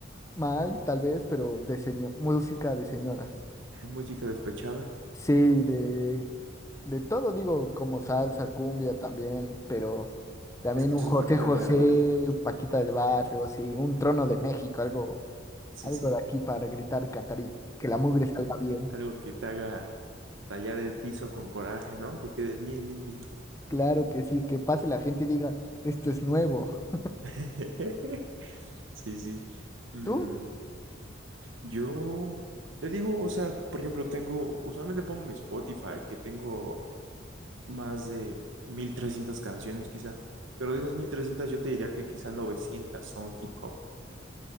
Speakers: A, on the left; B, on the right.
A: mal, tal vez, pero de señor, música de señoras.
B: <laughs> ¿Música despechada?
A: Sí, de, de todo, digo, como salsa, cumbia también, pero también
B: ¿Escuchas
A: un José
B: a Paquita
A: Claro. José,
B: la del barrio?
A: un Paquita del Barrio, sí, un Trono de México, algo,
B: Sí,
A: algo
B: sí.
A: de aquí para gritar, cantar y que la mugre salga bien.
B: Algo que te haga tallar el piso con coraje, ¿no? Que quede bien limpio.
A: Claro que sí, que pase la gente y diga, esto es nuevo.
B: <laughs> Sí, sí. Mm,
A: ¿Tú
B: yo te digo, o sea, por ejemplo, tengo, usualmente pongo mi Spotify, que tengo más de 1300 canciones quizá, pero de esas 1300 yo te diría que quizá 900 son hip hop.